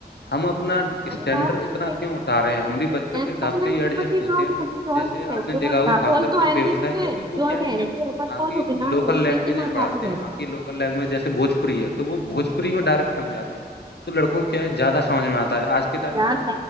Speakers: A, on the left (about 80°); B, on the right (about 25°).
A: ہم اپنا اسٹینڈرڈ
B: یار میں
A: اتنا کیوں اٹا رہے ہیں ہم بھی بچوں
B: آف
A: کے حساب
B: لائن
A: سے ہی ایڈجسٹ
B: پرابلم
A: ہوتے ہیں نا
B: ہے جوائنگ
A: جیسے
B: ہے
A: آپ نے
B: جو
A: دیکھا سنسر
B: کال
A: کیوں
B: تو آ رہی
A: فیمس ہے کی کہ وہ
B: جوائن
A: کیا ہے
B: آ رہی پر
A: وہاں
B: کال
A: کی
B: اٹھنا
A: لوکل
B: نہیں
A: لینگویج
B: ملٹنا
A: میں پڑھاتے
B: چالو ہے
A: وہاں کی لوکل لینگویج جیسے بھوپوری ہے تو وہ بھوجپوری میں ڈائریکٹ سمجھاتے ہیں تو لڑکوں کے کیا زیادہ سمجھ میں آتا ہے آج کے ٹائم
B: یار
A: پہ نا